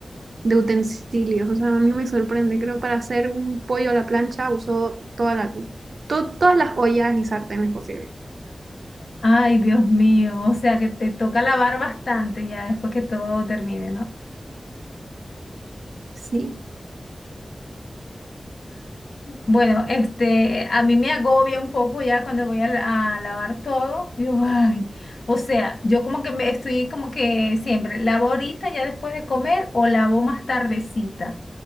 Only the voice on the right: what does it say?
de utensilios. O sea, a mí me sorprende. Creo para hacer un pollo a la plancha usó toda la- to- todas las ollas y sartenes posibles.
Sí.